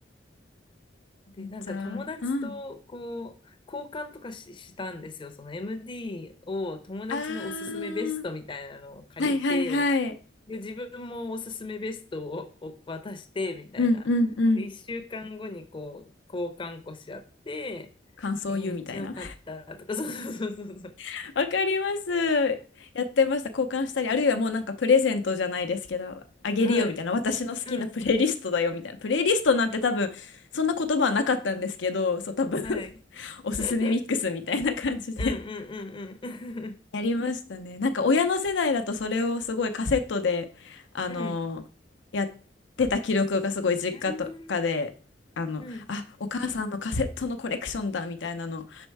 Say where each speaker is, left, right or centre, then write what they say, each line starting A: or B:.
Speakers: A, on the left; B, on the left.
A: で、なんか友達とこう、
B: じゃあうん
A: 交換とかし、したんですよ。その MD を友達のおすすめベストみたいなのを借りて、
B: あーはいはいはい
A: で、自分もおすすめベストを、を渡して、みたいな。
B: うんうんうん
A: で、1週間後にこう、交換こし合って、
B: 感想を言うみたいな
A: えーめっちゃ良かったとか、そうそうそうそうそう。
B: <laughs> わかります。やってました。交換したり、あるいはもうなんかプレゼントじゃないですけど、あげるよみたいな、
A: はい。
B: 私の好きなプレイリストだよみたいな。
A: うん。
B: プレイリストなんて多分、そんな言葉はなかったんですけど、そう多分
A: はい。
B: <laughs> おすすめミックスみたいな感じで
A: <laughs> うんうんうんうん。
B: やりましたね。なんか親の世代だとそれをすごいカセットで、あのやってた記録がすごい実家とかで、
A: <laughs> うん。うーん。
B: あの、
A: うん。
B: あ、お母さんのカセットのコレクションだみたいなの